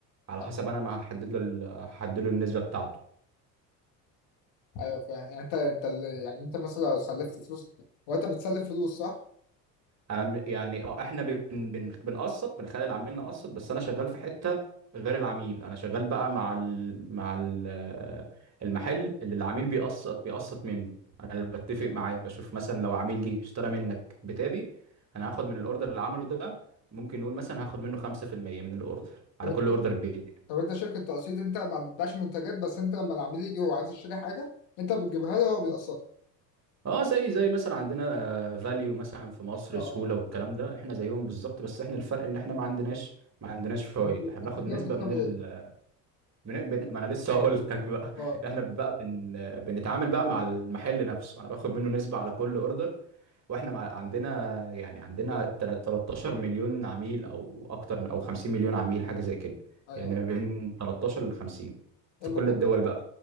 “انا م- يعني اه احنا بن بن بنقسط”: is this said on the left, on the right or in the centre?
Right